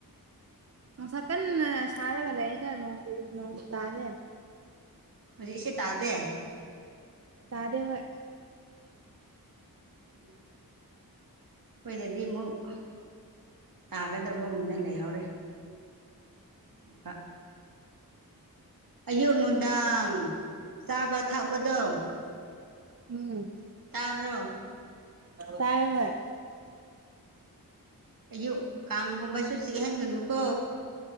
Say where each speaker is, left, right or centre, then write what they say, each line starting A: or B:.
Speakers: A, on the right; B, on the right.
A: ꯅꯨꯡꯁꯥ ꯀꯟꯅ ꯁꯥꯔꯒ ꯂꯩꯌꯦꯗ ꯅꯣꯡ ꯆꯨꯏ ꯅꯣꯡ ꯇꯥꯗꯦ
B: ꯍꯧꯖꯤꯛꯁꯦ ꯇꯥꯗꯦ
A: ꯇꯥꯗꯦ ꯍꯣꯏ
B: ꯎꯝ ꯑꯩꯈꯣꯏꯗꯗꯤ ꯑꯃꯨꯛ ꯇꯥꯒꯗꯕꯒꯨꯝꯅ ꯂꯩꯍꯧꯔꯦ ꯕ ꯑꯌꯨꯛ ꯅꯨꯡꯗꯥꯡ ꯆꯥꯕ ꯊꯛꯄꯗꯣ
A: ꯎꯝ
B: ꯇꯥꯕ꯭ꯔꯣ
A: ꯇꯥꯏ ꯍꯣꯏ
B: ꯑꯌꯨꯛ ꯀꯥꯡꯒꯨꯝꯕꯁꯨ ꯆꯤꯛꯍꯟꯒꯅꯨꯀꯣ